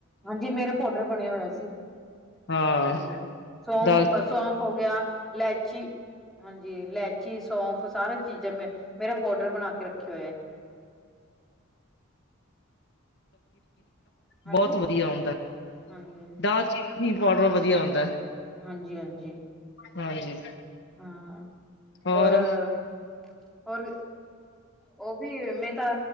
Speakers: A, in the centre; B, on the left (about 55°).
A: ਹਾਂਜੀ, ਮੇਰੇ ਪਾਊਡਰ ਬਣਿਆ ਹੋਇਆ ਸੀ।
B: ਹਾਂ
A: ਹਾਂਜੀ ਸੌਂਫ
B: ਦਾਲ
A: ਸੌਂਫ ਹੋ ਗਿਆ, ਇਲੈਚੀ ਹਾਂਜੀ, ਇਲੈਚੀ ਸੌਂਫ ਸਾਰਾ ਚੀਜ਼ਾਂ ਮ ਮੇਰਾ ਪਾਊਡਰ ਬਣਾ ਕੇ ਰੱਖਿਆ ਹੋਇਆ।
B: <inaudible>
A: ਹਾਂਜੀ
B: ਬਹੁਤ ਵਧੀਆ ਹੁੰਦਾ
A: ਹਾਂਜੀ
B: ਦਾਲ ਚੀਨੀ ਪਾਊਡਰ ਵਧੀਆ ਹੁੰਦਾ।
A: ਹਾਂਜੀ-ਹਾਂਜੀ।
B: ਹਾਂਜੀ।
A: ਹਾਂ
B: ਹੋਰ
A: ਹੋਰ-ਹੋਰ। ਉਹ ਵੀ ਮੈਂ ਤਾਂ